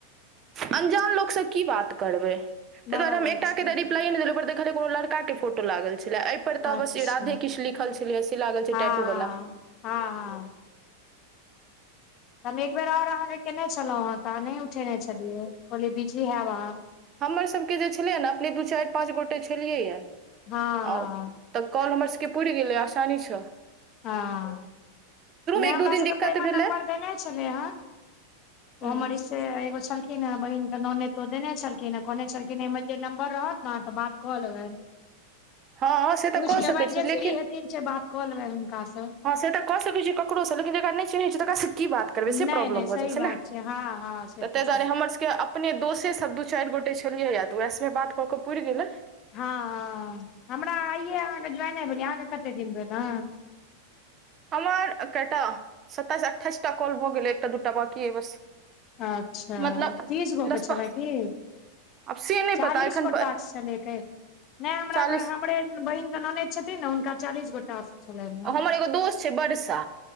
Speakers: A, on the right (about 30°); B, on the left (about 35°).
A: अंजान लोकसँ की बात करबै तहि
B: बराबर
A: दुआरे हम एकटा
B: छै
A: के तऽ रिप्लाइ नहिे देलौ पर देखलिय कोनो लड़का के फोटो लागल छलै पर तऽ
B: अच्छा
A: बस राधे
B: हँ
A: किछ लिखल छलै से लागल छै
B: हँ
A: टैटू वाला
B: हँ हँ हम एक बेेर आओर अहाँके कयने छलौ हं तऽ अहाँ नहि उठेने छलियै कहलियै बिजी हैब अहाँ
A: हमरसभके जे छलै ने अपने दू चारि पाँच गोटे छलियै या
B: हँ हँ
A: आओर तऽ कॉल हमर सबके पूर गेलै आसानी स
B: हँ नै
A: एक
B: हमरा
A: दू दिन
B: सबके
A: दिक्कत
B: तऽ एहिमे
A: भेलै
B: नम्बर देने छलै हंओ
A: हूँ।
B: हमर से एगो छलखिन हे बहिन के नोनैद तऽ देने छलखिन केना कहने छलखिन ए में जे नम्बर रहत ने तऽ बात कऽ लेबनि
A: हँ से तऽ
B: पूछ
A: कऽ
B: लेबनि
A: सकैत छी
B: जे
A: लेकिन
B: फ्रि हेथिन से बात कऽ लेबनि हुनका सँ
A: हँ से तऽ क सकै छै ककरो स लैकिन जेकरा नै चिन्है छियै तकरा स की बात करबै से
B: नहि
A: प्रॉब्लम
B: नहि सही
A: भऽ जा
B: बात
A: छैय ने
B: छै हँ हँ से
A: त
B: तऽ
A: तहि
B: छै
A: दुआरे हमर के अपने दोषे सब दू चार गोटे छलियैया तऽ उएह सबमे बात कऽ के पुर गेले।
B: हँ हँ हमरा आइे अहाँके ज्वइन भेल अहाँके कते दिन भेल ह?
A: हमर कटा सत्तइस अठाइसटा कल भऽ गेलै एकटा दूटा बाकी या बस।
B: अच्छा
A: मतलब
B: तीस गो
A: दस
B: के छलै
A: प
B: की?
A: आब से नहि
B: चालीस
A: पता एखन
B: गोट चलके नहि हमरा
A: चालीस
B: हमरे बहिन के ननैद छथिन ने हुनका चालीस गो टास्क छलनि हँ
A: हमर एगो दोस्त छैय बरसा